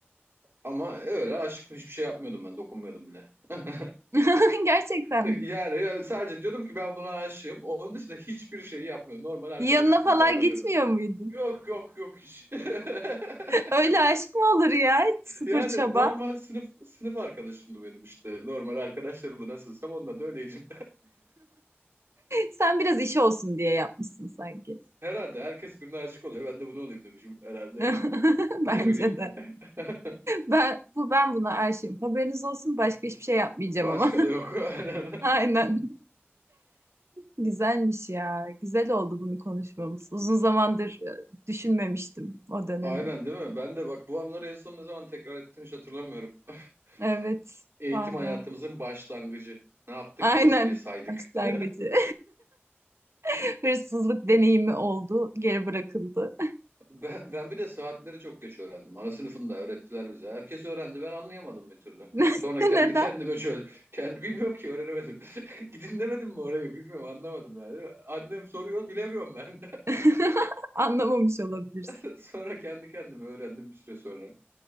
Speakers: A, on the right; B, on the right.
A: Ama öyle aşıktım hiçbir şey yapmıyordum ben. Dokunmuyordum bile. <laughs>
B: <laughs> Gerçekten
A: Yani,
B: mi?
A: yani sadece diyordum ki ben buna aşığım. Onun dışında hiçbir şey yapmıyordum. Normal arkadaşım
B: Yanına falan
A: gibi davranıyordum.
B: gitmiyor muydun?
A: Yok yok yok hiç. <laughs>
B: <laughs> Öyle aşk mı olur ya? Hiç Sıfır
A: Yani
B: çaba.
A: normal sınıf sınıf arkadaşımdı benim işte. Normal arkadaşlarımla nasılsam onunla da öyleydim.
B: Sen biraz iş olsun diye yapmışsın sanki.
A: <laughs> Herhalde herkes birine aşık oluyor. Ben de bunu olayım demişim herhalde.
B: <laughs> Bence
A: Ne bileyim.
B: de.
A: <laughs>
B: Ben bu ben buna aşığım. Haberiniz olsun başka hiçbir şey yapmayacağım
A: Başka
B: ama.
A: da yok. <laughs> Aynen.
B: <laughs> Aynen. Güzelmiş ya. Güzel oldu bunu konuşmamız. Uzun zamandır e, düşünmemiştim o dönemi.
A: Aynen değil mi? Ben de bak bu anları en son ne zaman tekrar ettim hiç hatırlamıyorum. <laughs>
B: Evet,
A: Eğitim
B: valla.
A: hayatımızın başlangıcı. Ne yaptık?
B: Aynen
A: Fasulye saydık.
B: başlangıcı.
A: <laughs>
B: <laughs> Hırsızlık deneyimi oldu, geri bırakıldı.
A: Ben, ben bir de saatleri çok geç öğrendim. Ana sınıfında öğrettiler bize. Herkes öğrendi. Ben anlayamadım bir türlü.
B: <laughs>
A: Sonra kendi
B: Neden?
A: kendime şöyle... Kendi bilmiyorum ki öğrenemedim. <laughs> Dinlemedim mi orayı? Bilmiyorum anlamadım yani. Annem soruyor bilemiyorum ben.
B: <laughs> Anlamamış olabilirsin.
A: <laughs> Sonra kendi kendime öğrendim bir süre sonra.